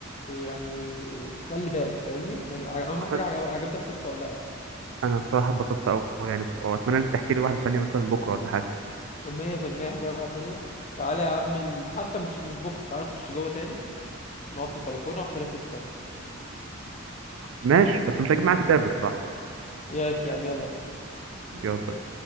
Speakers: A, on the left; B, on the right.
A: إيه يعني تخلي بالك فاهمني يعني ع- اهم
B: عشان
A: حاجه عجب- عجبتك القصه ولا
B: انا بصراحه اتبسطت قوي يعني بص- واتمنى انت تحكي لي واحده ثانيه مثلا بكره ولا حاجه
A: لا 100% هحكي لك واحده تانية تعالى يا عم ن- حتى مش مش بكره تعالى نخش جوه تاني نقعد في البلكونه واحكي لك قصه تانية
B: ماشي بس مش هجيب معاك كتاب بصراحه
A: يا عم يلا بينا
B: يلا